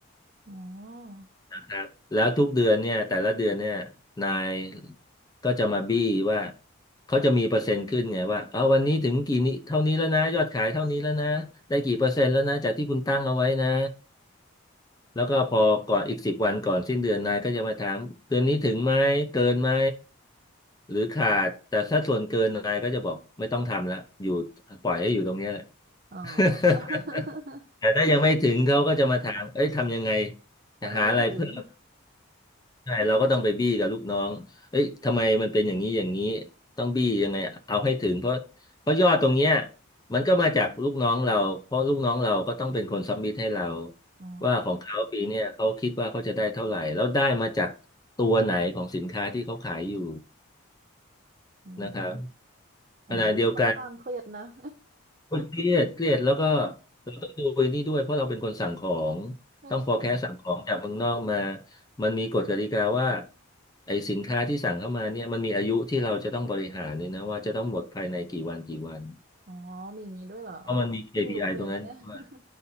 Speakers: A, on the right; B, on the left.
A: อ๋อ
B: ครับแล้วทุกเดือนเนี่ยแต่ละเดือนเนี่ยนายก็จะมาบี้ว่าเขาจะมีเปอร์เซ็นต์ขึ้นไงว่าเอาวันนี้ถึงกี่นี้เท่านี้แล้วนะยอดขายเท่านี้แล้วนะได้กี่เปอร์เซ็นต์แล้วนะจากที่คุณตั้งเอาไว้นะแล้วก็พอก่อนอีกสิบวันก่อนสิ้นเดือนนายก็จะมาถามเดือนนี้ถึงไหมเกินไหมหรือขาดแต่ถ้าส่วนเกินนายก็จะบอกไม่ต้องทำละอยู่ปล่อยให้อยู่ตรงเนี้ยแหละ
A: อ๋อ
B: <laughs>
A: <laughs>
B: แต่ถ้ายังไม่ถึงเขาก็จะมาถามเอ้ยทำยังไง
A: ทำไงให้ถึง
B: จะหาอะไรเพิ่ม ใช่เราก็ต้องไปบี้กับลูกน้องเอ้ยทำไมมันเป็นอย่างนี้อย่างนี้ต้องบี้ยังไงเอาให้ถึงเพราะเพราะยอดตรงเนี้ยมันก็มาจากลูกน้องเราเพราะลูกน้องเราก็ต้องเป็นคนซับมิทให้เรา
A: <laughs> อ๋อ
B: ว่าของเขาปีเนี้ยเขาคิดว่าเขาจะได้เท่าไหร่แล้วได้มาจากตัวไหนของสินค้าที่เขาขายอยู่
A: อืม
B: นะครับ
A: อ๋อดูค่อนข้างเครียดนะ
B: ขณะเดียวกัน
A: <laughs>
B: โอ้ยเครียดเครียดแล้วก็
A: อ๋อ
B: เราต้องดูไอ้นี่ด้วยเพราะเราเป็นคนสั่งของ
A: นั่นสิ
B: ต้อง forecast สั่งของจากเมืองนอกมามันมีกฎกติกาว่าไอ้สินค้าที่สั่งเข้ามาเนี่ยมันมีอายุที่เราจะต้องบริหารเนี่ยนะว่าจะต้องหมดภายในกี่วันกี่วัน
A: อ๋อมีอย่างนี้ด้วยเหรอเพิ่งเพิ่งรู้เลยนะเนี่ย
B: เพราะมันมี KPI ตรงนั้นด้วย
A: <laughs>